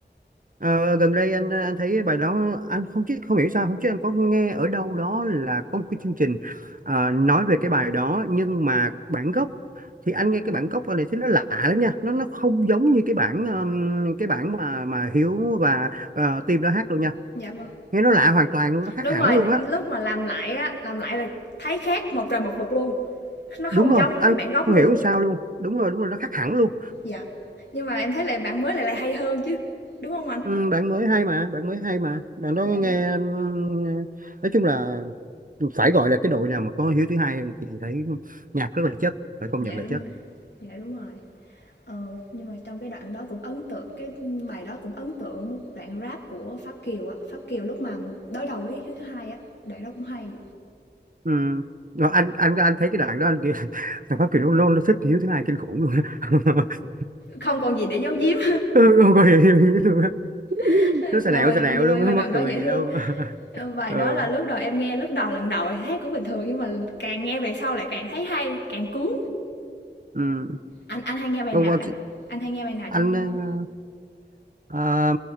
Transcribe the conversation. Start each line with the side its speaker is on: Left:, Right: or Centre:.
Right: Ờ, gần đây anh anh thấy bài đó anh không biết không hiểu sao không chứ anh có nghe ở đâu đó là có một cái chương trình ờ, nói về cái bài đó nhưng mà bản gốc thì anh nghe cái bản gốc này thấy nó lạ lắm nha nó nó không giống như cái bản ừm, cái bản mà mà Hiếu và uh, Tim đã hát đâu nha
Left: Dạ, vâng.
Right: nghe nó lạ hoàn toàn luôn nó khác
Left: Đúng
Right: hẳn
Left: rồi,
Right: luôn á
Left: lúc mà làm lại á, làm lại là thấy khác một trời một vực luôn, nó không
Right: đúng rồi
Left: giống luôn
Right: anh
Left: cái bản gốc
Right: không
Left: luôn.
Right: hiểu sao luôn đúng rồi đúng rồi nó khác hẳn luôn
Left: Dạ, nhưng mà em thấy lại bản mới lại lại hay hơn chứ, đúng không anh?
Right: ừ, bạn mới hay mà bạn mới hay mà bạn đó
Left: Dạ,
Right: nghe
Left: đúng.
Right: ừm, nói chung là phải gọi là cái đội nào mà có Hiếu thứ hai thì thấy nhạc rất là chất phải công
Left: Dạ,
Right: nhận là
Left: đúng
Right: chất
Left: rồi. Dạ, đúng rồi. Ờ, nhưng mà trong cái đoạn đó cũng ấn tượng cái, bài đó cũng ấn tượng một đoạn rap của Pháp Kiều á. Pháp Kiều lúc mà đối đầu với Hiếu thứ hai á, đoạn đó cũng hay.
Right: ừ. Rồi anh anh anh thấy cái đoạn đó anh kiểu, <laughs> thằng Pháp Kiều nó, nó, nó thích Hiếu thứ hai kinh khủng luôn á <laughs>
Left: Không còn gì để giấu giếm,
Right: Ừ, không có hiểu Hiếu luôn á
Left: <laughs> hông
Right: nó xà nẹo
Left: à,
Right: xà nẹo
Left: nhưng
Right: luôn
Left: mà nhưng
Right: á
Left: mà
Right: mắc
Left: đoạn đó
Right: cười
Left: dễ
Right: gì
Left: thương.
Right: đâu <laughs>
Left: bài
Right: ờ
Left: đó là lúc đầu em nghe lúc đầu lần đầu hát cũng bình thường nhưng mà càng nghe về sau lại càng thấy hay, càng cuốn.
Right: ừ.
Left: Anh anh hay nghe bài
Right: Còn
Left: nào?
Right: còn
Left: Anh anh hay nghe bài nào trong
Right: anh ờ, ờ,